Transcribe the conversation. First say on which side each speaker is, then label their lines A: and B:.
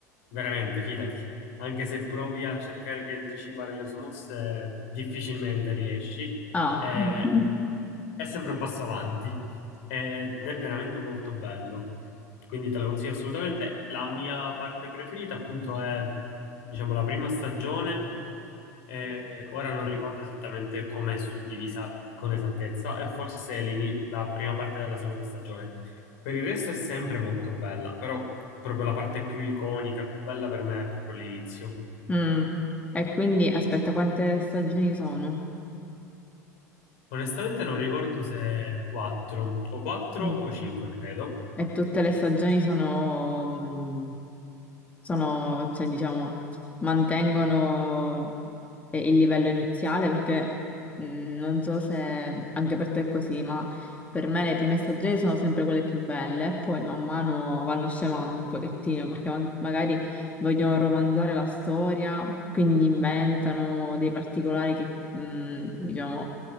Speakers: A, on the left; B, on the left.
A: veramente, fidati, anche se provi a cercare di anticipare le sue mosse, difficilmente riesci.
B: Ah.
A: Eh,
B: Mm.
A: è sempre un passo avanti ed è veramente molto bello. Quindi te la consiglio assolutamente. La mia parte preferita, appunto, è diciamo la prima stagione. Eh, ora non ricordo esattamente come è suddivisa con esattezza, e forse l'ini- la prima parte della seconda stagione. Per il resto è sempre molto bella, però proprio la parte più iconica, più bella per me è proprio l'inizio.
B: Mm. E quindi aspetta, quante stagioni sono?
A: Onestamente non ricordo se 4 o 4
B: Mm.
A: o 5, credo,
B: E tutte le stagioni sono, mh, sono, cioè, diciamo, mantengono eh, il livello iniziale perché mh, non so se anche per te è così, ma per me le prime stagioni sono sempre quelle più belle, e poi man mano vanno scemando un pochettino perché man- magari vogliono romanzare la storia, quindi inventano dei particolari che, mh, diciamo,